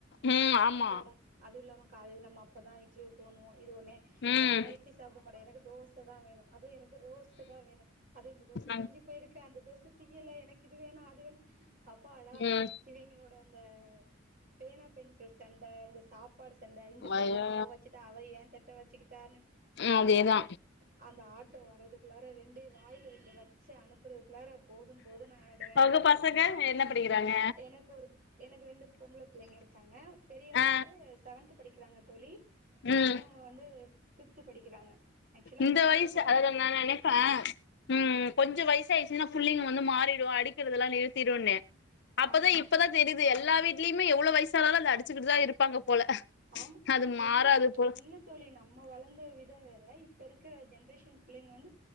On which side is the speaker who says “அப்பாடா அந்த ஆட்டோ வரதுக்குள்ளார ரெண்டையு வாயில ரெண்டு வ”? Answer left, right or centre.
Right